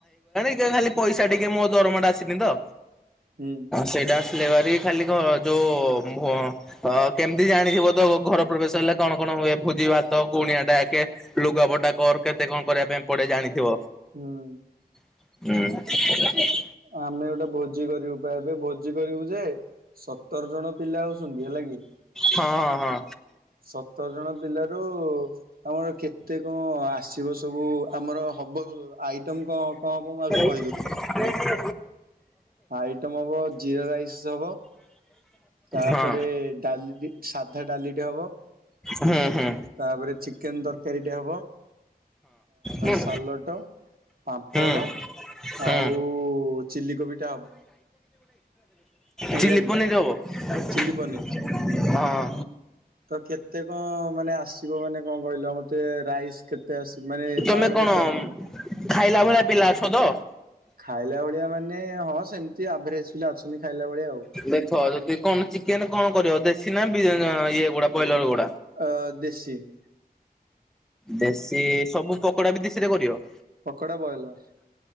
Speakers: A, in the centre; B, on the right.
A: ଯେ ଖାଲି ପଇସା ଟିକେ ମୋ ଦରମା ଟା ଆସିନି ତ
B: ହୁଁ
A: ସେଇଟା ଆସିଲେ। ଖାଲି ଘ ଯୋଉ ଭୋ - ଅ -କେମିତି ଜାଣିଥିବ ତ ଘର ପ୍ରବେଶ ହେଲେ କଣ କଣ ହୁଏ ଭୋଜି। ଭାତ କୁଣିଆ ଡକେ ଲୁଗାପଟା କର କେତେ କଣ କରିବା ପାଇଁ ପଡେ ଜାଣିଥିବ।
B: ହୁଁ।
A: ଉଁ।
B: ଆମେ ଗୋଟେ ଭୋଜି କରିବୁ ବା ଏବେ ଭୋଜି କରିବୁ ଯେ। ସତର ଜଣ ପିଲା ହଉଛନ୍ତି ହେଲା କି।
A: ହଁ ହଁ
B: ସତର ଜଣ ପିଲାରୁ। ଆମର କେତେ କଣ ଆସିବ ସବୁ ଆମର ହବ ଆଇଟମ କଣ କଣ ହବ ମୁଁ ଆଗେ କ
A: ଆ
B: ଆଇଟମ ହବ ଜିରା ରାଇସ ହବ। ତାପରେ
A: ହଁ
B: ଡାଲି ସାଧା ଡାଲିଟେ ହବ।
A: ହୁଁ ହୁଁ
B: ତାପରେ ଚିକେ ଚିକେନ୍ ତରକାରୀଟା ହେବ
A: ହଁ
B: ସାଲଟ। ପାମ୍ପଡ଼
A: ହୁଁ ହୁଁ।
B: ଆଉ ଚିଲି କୋବି ଟା। ହେଲା
A: ଚିଲି
B: କି
A: ପନିର ହବ
B: ଚିଲି ପନିର
A: ହଁ।
B: ତ କେତେ କଣ ମାନେ ଆସିବ ମାନେ କଣ କହିଲ ମତେ। ରାଇସ୍ କେତେ ଆସି ମାନେ
A: ତମେ
B: ଚାଉଳ
A: କଣ
B: କେତେ ଆଣିବି।
A: ଖାଇଲା ଭଳିଆ ପିଲା ଅଛ ତ।
B: ଖାଇଲା ଭଳିଆ ମାନେ ହଁ ସେମିତି ଆଭରେଜ ପିଲା ଅଛନ୍ତି ଖାଇଲା ଭଳିଆ ଆଉ।
A: ଦେଖ ଯଦି କଣ ଚିକେନ କଣ କରିବ ଦେଶୀ ନା ବି ଇଏଗୁଡା ବ୍ରଏଲର ଗୁଡା।
B: ଆ ଦେଶୀ।
A: ଦେଶୀ ସବୁ ପକୋଡା ବି ଦେଶୀରେ କରିବ।
B: ପକୋଡ଼ା ବଏଲର।